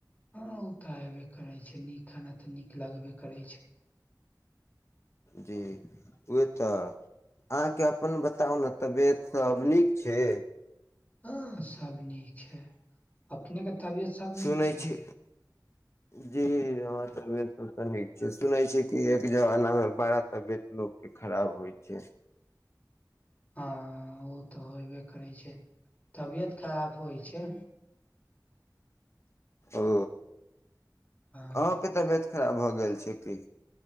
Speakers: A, on the left (about 20°); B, on the left (about 40°).
A: हँ ओ तऽ हबै करै छै नीक खाना तऽ नीक लगबे करैय छै
B: जी उहे तऽ अहाँके अपन बताउ न तबियत सब नीक छै
A: हँ सब नीक छै अपने के तबियत सब
B: सुनै
A: नीक छै
B: छी
A: <inaudible>
B: जी हमर तबियत सब तऽ नीक छै सुनै छी कि एक जमाना में बड़ा तबियत लोक के खराब होइ छै
A: हँ ओ तऽ होइ करै छै तबियत खराब होइ छै
B: ओ
A: हँ
B: अहोंके तबियत खराब भऽ गेल छै की